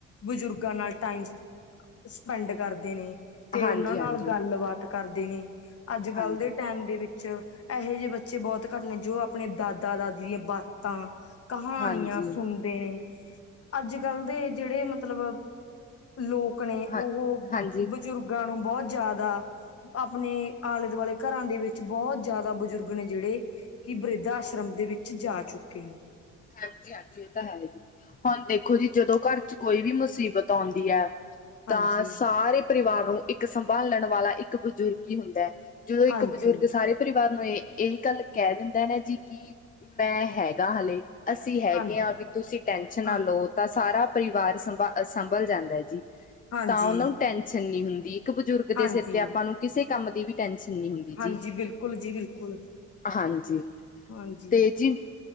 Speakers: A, on the left (about 50°); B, on the left (about 30°).
A: ਬਜ਼ੁਰਗਾਂ ਨਾਲ ਟਾਈਮ ਸ, ਸਪੈਂਡ ਕਰਦੇ ਨੇ ਤੇ
B: ਹਾਂਜੀ
A: ਓਨਾਂ ਨਾਲ
B: ਹਾਂਜੀ
A: ਗੱਲਬਾਤ ਕਰਦੇ ਨੇ, ਅੱਜ-ਕੱਲ
B: ਹਾਂਜੀ
A: ਦੇ ਟੈਮ ਦੇ ਵਿੱ ਚ ੲੈਹੇ ਜੇ ਬੱਚੇ ਬੋਤ ਘੱਟ ਨੇ ਜੋ ਆਪਣੇ ਦਾਦਾ-ਦਾਦੀ ਦੀਆਂ ਬਾਤਾ ਕਹਾਣੀਆਂ
B: ਹਾਂਜੀ
A: ਸੁਣਦੇ ਨੇ, ਅੱਜ-ਕੱਲ ਦੇ ਜੇੜੇ ਮਤਲਬ ਲੋਕ ਨੇ
B: ਹਾਂ
A: ਓਹੋ
B: ਹਾਂਜੀ
A: ਬਜ਼ੁਰਗਾਂ ਨੂੰ ਬੋ ਜ਼ਾਦਾ ਆਪਣੇ ਆਲੇ-ਦੁਆਲੇ ਘਰਾਂ ਦੇ ਵਿੱਚ ਬੋ ਜ਼ਾਆਦਾ ਬਜ਼ੁਰਗ ਨੇ ਜੇੜੇ ਕਿ ਬ੍ਰਿਧ ਆਸ਼ਰਮ ਦੇ ਵਿੱਚ ਜਾ ਚੁੱਕੇ ਨੇ।
B: ਹਾਂਜੀ ਹਾਂਜੀ ਇਹ ਤਾਂ ਹੈ ਈ, ਹੁਣ ਦੇਖੋ ਜੀ ਜਦੋਂ ਘਰ ਚ ਕੋਈ ਵੀ ਮੁਸੀਬਤ ਆਉਂਦੀ ਹੈ
A: ਹਾਂਜੀ
B: ਤਾਂ ਸਾਰੇ ਪਰਿਵਾਰ ਨੂੰ ਇੱਕ ਸੰਭਾਲਣ ਵਾਲਾ ਇੱਕ ਬਜ਼ੁਰਗ ਹੀ ਹੁੰਦਾ ਹੈ। ਜਦੋਂ ਇੱਕ
A: ਹਾਂਜੀ
B: ਬਜ਼ੁਰਗ ਸਾਰੇ ਪਰਿਵਾਰ ਨੂੰ ਇਹ ਇਹ ਗੱਲ ਕਹਿ ਦਿੰਦਾ ਨਾ ਜੀ ਕਿ ਮੈਂ ਹੈਗਾ ਹਾਲੇ ਅਸੀਂ ਹੈਗੇ
A: ਹਾਂਜੀ
B: ਹਾਂ ਵੀ ਤੁਸੀਂ ਟੈਸ਼ਨ ਨਾ
A: ਹਾਂ
B: ਲਓ ਤਾਂ ਸਾਰਾ ਪਰਿਵਾਰ ਸੰਭ ਸੰਭਲ ਜਾਂਦਾ ਹੈ ਜੀ।
A: ਹਾਂਜੀ
B: ਤਾਂ ਉਹਨਾਂ ਨੂੰ ਟੈਨਸ਼ਨ ਨਹੀਂ ਹੁੰਦੀ ਇੱਕ ਬਜ਼ੁਰਗ ਦੇ
A: ਹਾਂਜੀ
B: ਸਿਰ ਤੇ ਆਪਾਂ ਨੂੰ ਕਿਸੇ ਕੰਮ ਦੀ ਵੀ ਟੈਨਸ਼ਨ ਨਹੀਂ ਹੁੰਦੀ।
A: ਹਾਂਜੀ
B: ਜੀ
A: ਬਿਲਕੁਲ ਜੀ ਬਿਲਕੁਲ
B: ਹਾਂਜੀ,
A: ਹਾਂਜੀ,
B: ਤੇ ਜੀ।